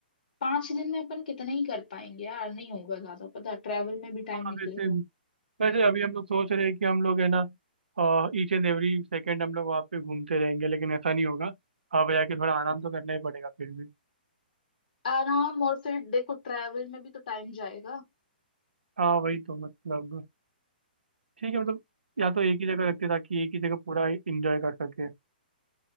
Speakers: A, on the left (about 60°); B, on the right (about 80°).
A: पांच दिन में अपन कितना ही कर पाएंगे यार नहीं होगा ज्यादा पता ट्रैवल में भी टाइम
B: हाँ
A: निकलेगा
B: वैसे वैसे अभी हम लोग सोच रहे हैं कि हम लोग है ना ईच एंड एवरी सेकेंड हम लोग वहाँ पे घूमते रहेंगे लेकिन ऐसा नहीं होगा वहाँ पे जाके थोड़ा आराम तो करना ही पड़ेगा फिर भी
A: आराम और फिर देखो ट्रैवल में भी तो टाइम जाएगा
B: हाँ वही तो मतलब ठीक है मतलब या तो एक ही जगह रखते ताकि एक ही जगह पूरा इंजॉय कर सके